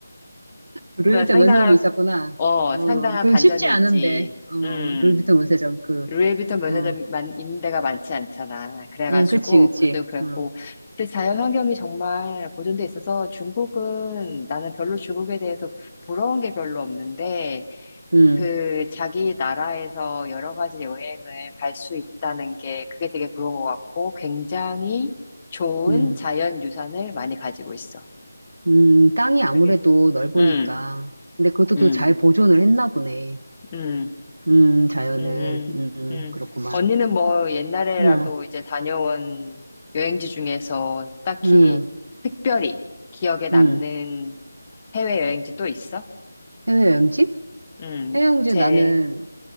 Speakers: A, on the right; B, on the left.
A: 루이비통
B: 그래서 상당한,
A: 면세점이 있었구나.
B: 어,
A: 어,
B: 상당한
A: 그
B: 반전이
A: 쉽지 않은데,
B: 있지.
A: 어,
B: 음.
A: 루이비통 면세점, 그,
B: 루이비통 면세점만
A: 어,
B: 있는 데가 많지 않잖아. 그래가지고
A: 응, 그치, 그치.
B: 그것도 그랬고
A: 어,
B: 근데 자연 환경이 정말 보존돼 있어서 중국은 나는 별로 중국에 대해서 부러운 게 별로 없는데
A: 응,
B: 그 자기 나라에서 여러 가지 여행을 갈 수 있다는 게 그게 되게 부러운 것 같고 굉장히 좋은
A: 응,
B: 자연 유산을 많이 가지고 있어.
A: 음, 땅이 아무래도
B: 그게
A: 넓으니까.
B: 음,
A: 근데 그것도
B: 음,
A: 또 잘 보존을 했나 보네.
B: 음.
A: 음, 자연은,
B: 음,
A: 음, 음,
B: 음.
A: 그렇구만.
B: 언니는 뭐 옛날에라도
A: 응,
B: 이제 다녀온 여행지 중에서 딱히
A: 응,
B: 특별히 기억에 남는
A: 응.
B: 해외 여행지 또 있어?
A: 해외여행지?
B: 음,
A: 해외여행지
B: 제,
A: 나는